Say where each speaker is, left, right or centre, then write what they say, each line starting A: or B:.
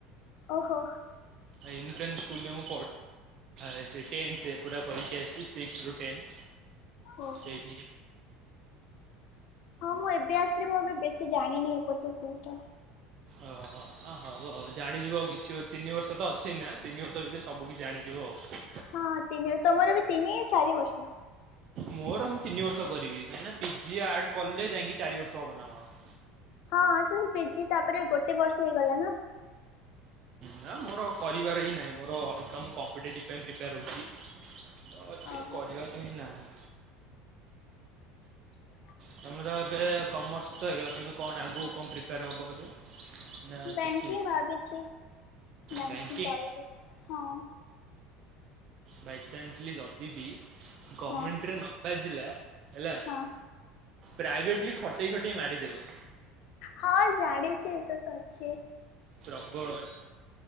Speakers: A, on the left (about 55°); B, on the right (about 45°).
A: ଓହୋ।
B: ଏଇ ୟୁନିଟ ୱାନ୍ ସ୍କୁଲରେ ମୁଁ ପଢ଼ିଛି ଟେନ୍ଥରେ ପୁରା କରିକି ଆସିଛି ସିକ୍ସରୁୁ ଟେନ୍।
A: ଓ
B: ସେଇଠି
A: ହୋ। ହଁ ମୁଁ ଏବେ ଆସିଲି ମୁଁ ଏବେ ବେଶୀ ଜାଣିନି ଏପଟେ କୋଉଟା।
B: ଓ ହୋ ଅ ହଉ ଜାଣିଯିବ ଆଉ କିଛି ତିନି ବର୍ଷ ତ ଅଛି ନା ତିନି ବର୍ଷ ଭିତରେ ସବୁ କିଛି ଜାଣିି ଯିବ ଆଉ।
A: ହଁ ତିନି ତମର ବି ତିନି ଚାରି ବର୍ଷ।
B: ମୋର ମୁଁ ତିନି ବର୍ଷ କରିବି କାହିଁକିନା ପିଜି ଆଡ କଲେ ଯାଇଁକି ଚାରି ବର୍ଷ ହବ ନା କଣ?
A: ହଁ ତ ସେ ପିଜି ତାପରେ ଗୋଟେ ବର୍ଷ ହେଇଗଲା ନା। <inaudible>
B: ହେ ମୋର କରିବାର ହିଁ ନାହିଁ। ମୋର ତ ମୁଁ କମ୍ପିଟେଟିଭ ପାଇଁ ପ୍ରିପେୟାର ହୋଉଚି। ତ ସେ
A: ଓହୋ।
B: କରିବାର ହିଁ ନାହିଁ।
A: ହ
B: ତମର ଏବେ କମର୍ସ ତ ହେଇଗଲା ତୁମେ କଣ ଆଗକୁ କଣ ପ୍ରିପେୟାର ହେବ ଏବେ? ନା
A: ବ୍ୟାଙ୍କି
B: କିଛି
A: ଭାବିଛି ବ୍ୟାଙ୍କି
B: ବ୍ୟାଙ୍କିଙ୍ଗ
A: କରିବି ହଁ।
B: ବାଇଚାନ୍ସଲି ଯଦିିବି ଗମେଣ୍ଟରେ
A: ହଁ।
B: ନ ବାଜିଲା ହେଲା
A: ହଁ
B: ପ୍ରାଇଭେଟଲି ଖଟେଇ ଖଟେଇ ମାରିଦେବେ।
A: ହଁ ଜାଣିଛି ଏ ତ ସରିଚି।
B: ପ୍ରବଳ ଅଛି